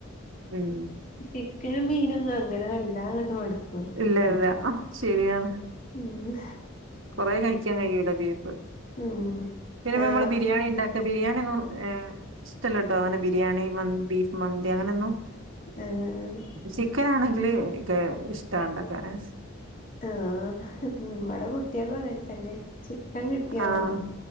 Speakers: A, on the right; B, on the left.
A: ഉം.
B: ചിക്കനും മീനൊന്നും അങ്ങനെ വല്ലാതങ്ങോട്ട് മടുക്കൂല.
A: ഇല്ല ഇല്ല അഹ് ശരിയാണ്.
B: ഉം.
A: കുറെ കഴിക്കാൻ കഴിയൂല ബീഫ്.
B: ഉം
A: പിന്നെപ്പ
B: ആ
A: നമ്മള് ബിരിയാണി ഉണ്ടാക്ക, ബിരിയാണി ഒന്നും ഇഷ്ടല്ല കേട്ടോ, അങ്ങനെ ബിരിയാണി, മന്തി, ബീഫ് മന്തി അങ്ങനെ ഒന്നും.
B: ഏഹ്.
A: ചിക്കൻ ആണെങ്കില് എനിക്ക് ഇഷ്ടാ ഉണ്ടാക്കാന്.
B: ആഹ് മ്മടെ കുട്ട്യേക്കും അങ്ങൻ തന്നെ. ചിക്കൻ കിട്ടിയാ
A: ആഹ്
B: മതി